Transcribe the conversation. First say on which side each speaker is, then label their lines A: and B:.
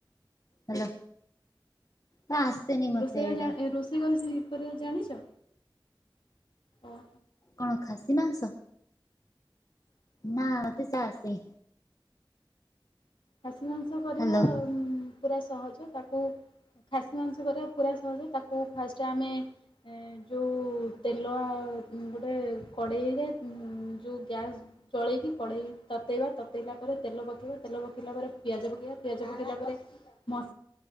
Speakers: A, on the left; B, on the left.
A: ହାଲୋ ହଁ ଆସେନି। ମତେ
B: ରୋଷେଇ
A: ଏଇଟା
B: ଯା ରୋଷେଇ କରି କରିବା ଜାଣିଛ? ଓହୋ
A: କଣ ଖାସି ମାଂସ?
B: ହଁ
A: ନା ମତେ ଚା ଆସେ।
B: ଖାସି ମାଂସ କରିବା
A: ହାଲୋ
B: ପୁରା ସହଜ ତାକୁ ଖାସି ମାଂସ କରିବା ପୁରା ସହଜ ତାକୁ ଫାଷ୍ଟ ଆମେ ଯେଉଁ ତେଲ ଆଉ ଗୋଟେ କଡ଼େଇରେ ଉଁ ଯେଉଁ ଗ୍ୟାସ୍ ଜଳେଇକି କଡ଼େଇ ତତେଇବା। ତତେଇଲା ପରେ ତେଲ ପକେଇବା ତେଲ ପକେଇଲା ପରେ ପିଆଜ ପକେଇବା ପିଆଜ ପକେଇଲା ପରେ ମ